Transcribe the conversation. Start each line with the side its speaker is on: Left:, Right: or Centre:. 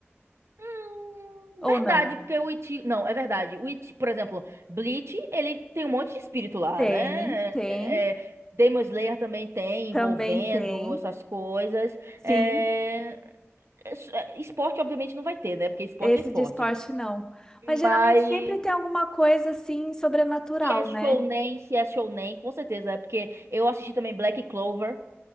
Right: Hum,
Left: Ou
Right: Verdade,
Left: não?
Right: porque o Iti. Não, é verdade. O Iti... Por exemplo, Bleach, ele tem um monte de espírito lá,
Left: Tem,
Right: né?
Left: tem.
Right: É... Demon Slayer também tem,
Left: Também
Right: envolvendo
Left: tem.
Right: essas coisas. É,
Left: Sim.
Right: es- é, Esporte, obviamente, não vai ter, né? Porque esporte
Left: Esse
Right: é esporte.
Left: de esporte não. Mas geralmente
Right: Mas
Left: sempre tem alguma coisa assim sobrenatural,
Right: se é shounen,
Left: né?
Right: se é shounen, com certeza. É porque eu assisti também Black Clover.